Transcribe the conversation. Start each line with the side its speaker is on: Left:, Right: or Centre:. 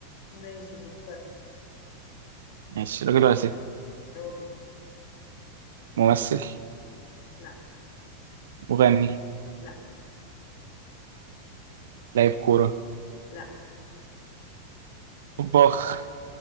Left: ماشي فكرت
Right: ماشي راجل ولا ست
Left: راجل
Right: ممثل
Left: لا
Right: مغني
Left: لا
Right: لاعب كورة
Left: لا
Right: طباخ